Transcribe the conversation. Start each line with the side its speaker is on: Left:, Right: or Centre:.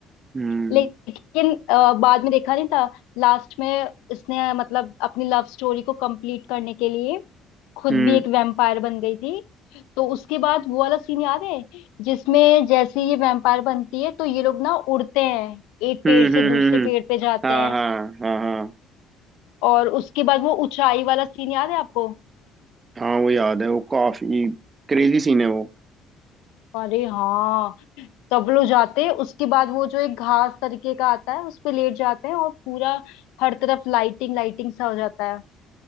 Right: हम्म
Left: लेकिन अ, बाद में देखा नहीं था लास्ट में इसने मतलब अपनी लव स्टोरी को कंप्लीट करने के लिए खुद
Right: हम्म
Left: भी एक वैम्पायर बन गई थी तो उसके बाद वो वाला सीन याद है जिसमें जैसे ये वैम्पायर बनती है तो ये लोग ना उड़ते हैं एक
Right: हम्म
Left: पेड़ से
Right: हम्म
Left: दूसरे
Right: हम्म हम्म।
Left: पेड़ पे जाते
Right: हाँ
Left: हैं
Right: हाँ हाँ हाँ
Left: और उसके बाद वो ऊंचाई वाला सीन याद है आपको
Right: हाँ वो याद है वो काफी क्रेजी सीन है वो
Left: अरे हाँ तब लोग जाते हैं उसके बाद वो जो एक घास तरीके का आता है उस पे लेट जाते हैं और पूरा हर तरफ लाइटिंग लाइटिंग सा हो जाता है